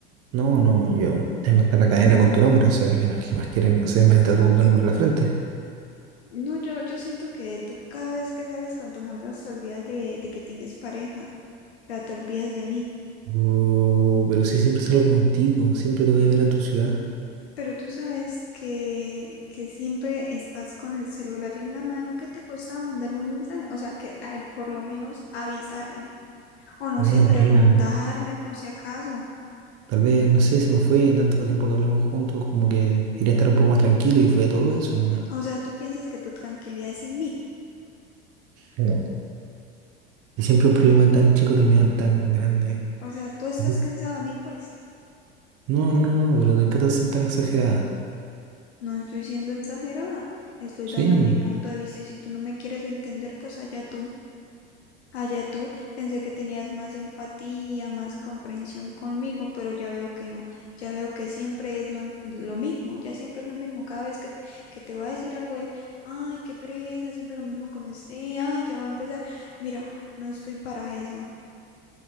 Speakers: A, on the right (about 50°); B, on the left (about 80°).
A: no, no, no, yo tengo hasta la cadena con tu nombre, o sea, ¿qué más, qué más quieren? No sé, me tatúo tu nombre en la frente.
B: No, yo, yo siento que tú cada vez que sales con tus amigos te olvidas de, de que tienes pareja, o sea, te olvidas de mí,
A: Uh, pero si siempre salgo contigo, siempre te voy a ver a tu ciudad.
B: pero tú sabes que, que siempre estás con el celular en la mano, ¿qué te costaba mandarme un mensaje? O sea, que al, por lo menos avisarme, o no
A: Bueno,
B: sé, preguntarme
A: Karina,
B: por si acaso,
A: tal vez, no sé, se me fue tanto tiempo que hablamos juntos, como que quería estar un poco más tranquilo y fue todo eso nomás.
B: o sea, tú piensas que tu tranquilidad es sin mí,
A: No. Y siempre un problema tan chico terminan tan grande.
B: o sea, tú estás
A: Me gust-
B: cansado de mí, pues.
A: No, no, no, no, pero te encanta ser tan exagerada.
B: No estoy siendo exagerada, estoy
A: Sí.
B: dando mi punto de vista y si tú no me quieres entender, pues allá tú. Allá tú, pensé que tenías más empatía, más comprensión conmigo, pero ya veo que no, ya veo que siempre es lo, lo mismo, ya siempre es lo mismo, cada vez que, que te voy a decir algo es, ay, qué pereza, siempre lo mismo con usted, ay, ya va a empezar, mira, no estoy para eso,